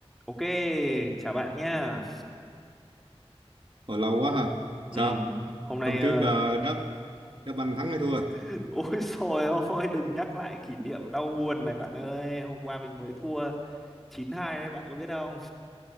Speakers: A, in the centre; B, on the right.
A: Ok, chào bạn nhá.
B: Hồi lâu quá ha.
A: Ừm,
B: Sao?
A: hôm nay
B: Hôm
A: ờ,
B: trước là đá đá banh thắng hay thua?
A: <laughs> ôi trời ơi, đừng nhắc lại kỷ niệm đau buồn này bạn ơi. Hôm qua mình mới thua 9-2 đấy, bạn có biết không?